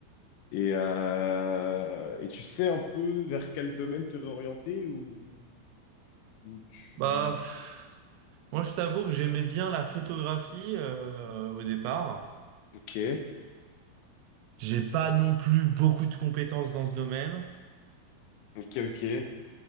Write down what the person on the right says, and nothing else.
Bah, pff, moi, je t'avoue que j'aimais bien la photographie euh, au départ.
J'ai pas non plus beaucoup de compétences dans ce domaine.